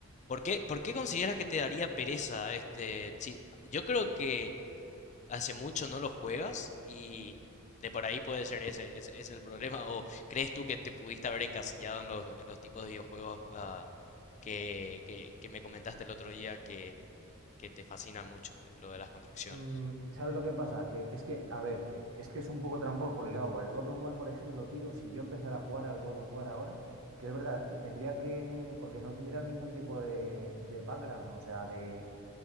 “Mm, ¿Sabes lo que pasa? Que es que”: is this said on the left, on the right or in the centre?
Right